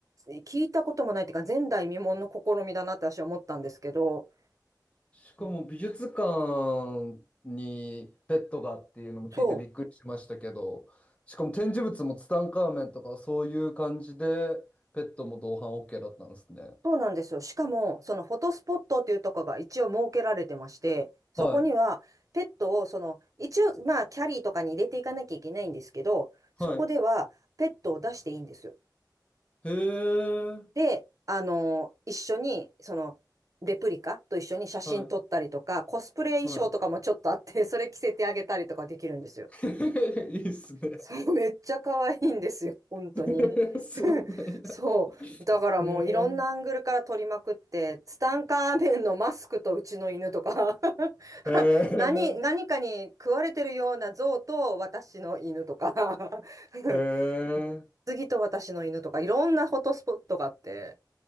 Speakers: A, on the right (about 45°); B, on the left (about 15°).
A: 聞いたこともないっていうか、前代未聞の試みだなって私は思ったんですけど、
B: しかも美術館にペットがっていうのも聞いてびっくりしましたけど、
A: うんそう、
B: しかも展示物もツタンカーメンとかそういう感じでペットも同伴 OK だったんですね。
A: そうなんですよ。しかも、そのフォトスポットっていうところが一応設けられてまして、そこにはペットを、
B: はい
A: その、一応、まあ、キャリーとかに入れていかなきゃいけないんですけど、そこではペットを出していいんですよ。
B: はい。へえ。
A: で、あの、一緒に、その、レプリカと一緒に写真撮ったりとか、
B: は
A: コスプレ衣装とかもちょっとあって、
B: い。は
A: <laughs> それ着せてあげたりとかできるんですよ。
B: い。<laughs> いいっすね。
A: そう、めっちゃ可愛いんですよ、本当に。
B: <laughs> そうなんや。
A: <laughs> そう。だからもういろんなアングルから撮りまくって、
B: へえ。
A: ツタンカーメンのマスクとうちの犬とか <laughs>
B: へえ。
A: 何、何かに食われてるような象と私の犬とか <laughs>
B: へ
A: 次と私の犬とか、いろんなフォトスポットがあって、